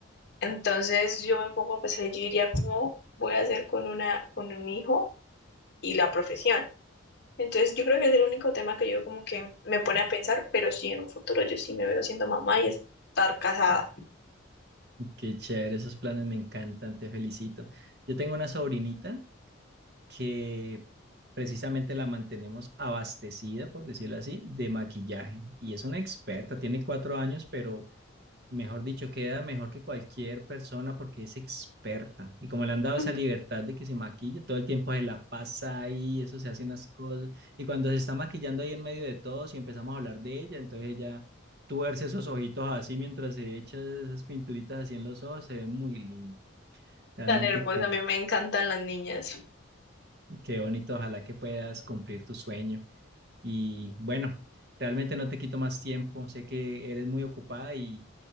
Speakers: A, on the left; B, on the right.
A: Entonces yo me pongo a pensar, yo diría, ¿cómo voy a hacer con una, con un hijo y la profesión? Entonces yo creo que es el único tema que yo como que me pone a pensar, pero sí, en un futuro yo sí me veo siendo mamá y estar casada.
B: Qué chévere, esos planes me encantan, te felicito. Yo tengo una sobrinita que precisamente la mantenemos abastecida, por decirlo así, de maquillaje. Y es una experta, tiene cuatro años, pero mejor dicho, queda mejor que cualquier persona porque es experta. Y como le han dado
A: <laughs>
B: esa libertad de que se maquille, todo el tiempo se la pasa ahí, eso se hace unas cosas. Y cuando se está maquillando ahí en medio de todos y empezamos a hablar de ella, entonces ella tuerce esos ojitos así mientras se echa esas pinturitas así en los ojos, se ve muy linda. Realmente
A: Tan hermosa,
B: qué,
A: a mí me encantan las niñas.
B: qué bonito, ojalá que puedas cumplir tu sueño. Y bueno, realmente no te quito más tiempo, sé que eres muy ocupada y